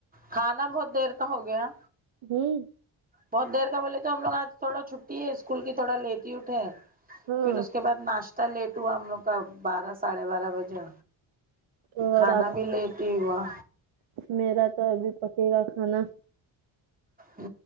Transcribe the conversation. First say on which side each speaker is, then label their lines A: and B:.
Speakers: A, on the right; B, on the right.
A: کھانا بہت دیر کا ہو گیا
B: ہمم
A: بہت دیر کا بولے تو ہم لوگ آج تھوڑا چھٹی ہے اسکول کی تھوڑا لیٹ ہی اٹے ہیں
B: ہاں
A: پھر اس کے بعد ناشتہ لیٹ ہوا ہم لوگ کا بارہ ساڑھے بارہ بجے
B: اور
A: کھانا
B: آپ
A: بھی لیٹ ہی ہوا
B: میرا تو ابھی پکے گا کھانا
A: ہ